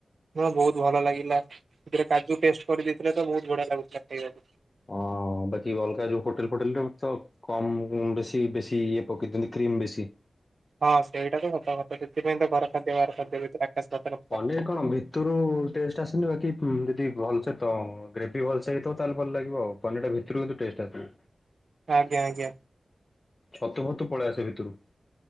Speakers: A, on the right (about 75°); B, on the left (about 45°).
A: ହଁ ବହୁତ ଭଲ ଲାଗିଲା ସେଥିରେ କାଜୁ ପେଷ୍ଟ କରିଦେଇଥିଲେ ତ ବହୁତ ବଢିଆ ଲାଗୁଥିଲା ଖାଇବାକୁ
B: ଅ ବାଚିୱଲକାା ଯେଉ ହଟଲ ଫୋଟଲରେ କମ୍ ବେଶୀ ବେଶୀ ଇଏ ପକେଇଥାନ୍ତି କ୍ରିମ ବେଶୀ
A: ହଁ ସେଇଟା ତ କଥା କଥା ସେଥିପାଇଁ ତ ଘର ଖାଦ୍ୟ ବାହାର ଖାଦ୍ୟ ଭିତରେ ଆକାଶ ପାତାଳ ଫରକ।
B: ପନିର କଣ ଭିତ ଭିତରୁ ଟେଷ୍ଟ ଆସନି ବାକି ଯଦି ଭଲସେ ତ ଗ୍ରେଭି ଭଲସେ ହେଇଥିବ ତାହେଲେ ଭଲ ଲାଗିବ ଆଉ ପନିରଟା ଭିତ କିନ୍ତୁ ଆ
A: ଆଜ୍ଞା ଆଜ୍ଞା
B: ଛତୁ ଫତୁ ପଳେଇ ଆସେ ଭିତରୁ